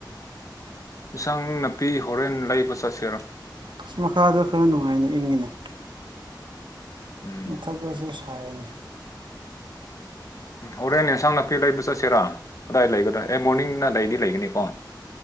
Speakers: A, on the left; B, on the right.
A: ꯏꯁꯁꯪ ꯅꯥꯄꯤ ꯍꯣꯔꯦꯟ ꯂꯩꯕ ꯆꯠꯁꯤꯔꯣ
B: ꯑꯁ ꯃꯈꯥꯗ ꯈꯔ ꯅꯨꯡꯉꯥꯏꯅ ꯏꯪꯉꯤꯅꯦ
A: ꯎꯝ
B: ꯎꯥꯗꯤ ꯑꯁꯦ ꯁꯥꯑꯅꯦ
A: ꯍꯣꯔꯦꯟꯅꯦ ꯑꯦꯟꯁꯥꯡ ꯅꯥꯄꯤ ꯂꯩꯕ ꯆꯠꯁꯤꯔꯥ ꯀꯗꯥꯏ ꯂꯩꯒꯗ꯭ꯔꯥ ꯑꯦ ꯃꯣꯔꯅꯤꯡꯅ ꯂꯩꯗꯤ ꯂꯩꯒꯅꯤꯀꯣ